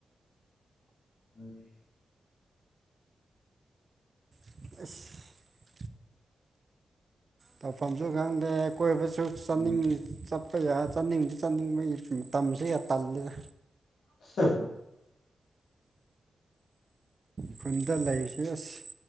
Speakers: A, on the left (about 80°); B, on the right (about 50°).
A: ꯎꯝ
B: ꯑꯩꯁ ꯇꯧꯐꯝꯁꯨ ꯈꯪꯗꯦ ꯀꯣꯏꯕꯁꯨ ꯆꯠꯅꯤꯡꯉꯤ
A: ꯎꯝ
B: ꯆꯠ ꯈꯣꯏ ꯑꯥ ꯆꯠꯅꯤꯡꯕ ꯆꯠꯅꯤꯡꯕꯒꯤ ꯃꯇꯝꯁꯤꯒ ꯇꯜꯂꯤꯗ
A: <unintelligible>
B: ꯈꯨꯟꯗ ꯂꯩꯔꯤꯁꯦ ꯑꯁ